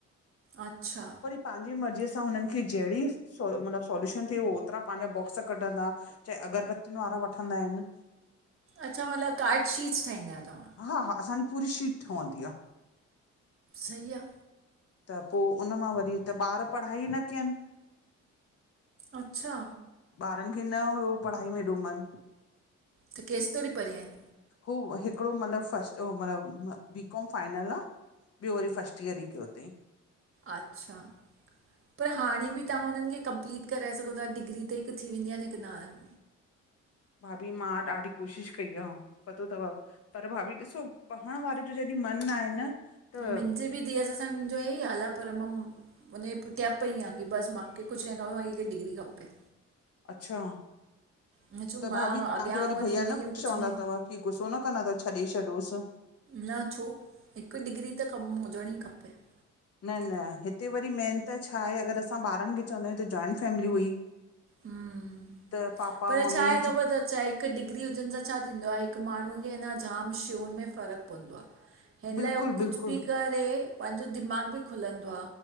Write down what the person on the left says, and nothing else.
पंहिंजी मर्ज़ीअ सां हुननि खे जहिड़ी सो मतलबु सोल्यूशन थिए ओतिरा पंहिंजा बॉक्स कढंदा। चाहे अगरबतुनि वारा वठंदा आहिन।
हा- हा असांजी पूरी शीट ठहंदी आ।
त पोइ उन मां वरी त ॿार पढ़ाई न कयनि।
ॿारनि खे न हुओ पढ़ाई में हेॾो मन।
उ हिकिड़ो मतिलबु फस्ट मतलबु बीकॉम फाइनल आ। ॿियो वरी फस्ट ईयर ई कयो तई।
भाभी मां ॾाढी कोशिशि कई आ पतो अथव पर भाभी ॾिसो पढ़ण वारे जो जॾहिं मन आहे न। त
अच्छा।
त
भाभी तव्हांखे
वरी
भैया
न प
चवंदा
अथव की गुस्सो न कंदा अथव छॾे छॾोस।
न- न हिते वरी मेन त छा आहे अगर असां ॿारनि खे चवंदा आहियूं त जॉइंट फैमिली हुई।
त पापा
मम्मी
बिल्कुलु
बिल्कुलु